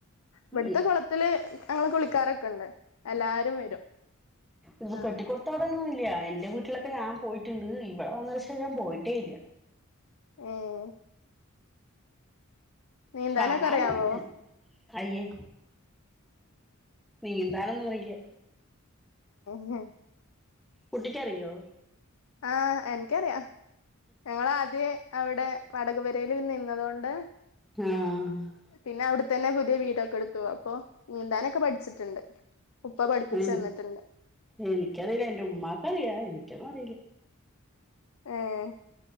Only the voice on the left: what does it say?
ഇവിട്ത്തെ
കൊളത്തില് ഞങ്ങള് കുളിക്കാറെക്കെണ്ട്, എല്ലാരും വരും.
ആഹ്
ഏഹ്. നീന്താനൊക്കെ
അറിയാവോ
മ്ഹ്.
ആ എൻക്കറിയാം. ഞങ്ങളാദ്യേ അവിടെ വാടക പെരേല് നിന്നതൊണ്ട്,
പിന്നെ അവിടെത്തന്നെ പുതിയ വീടൊക്കെ എടുത്തു. അപ്പൊ നീന്താനൊക്കെ പഠിച്ചിട്ടുണ്ട്. ഉപ്പ പഠിപ്പിച്ചു
തന്നിട്ടണ്ട്.
ഏഹ്.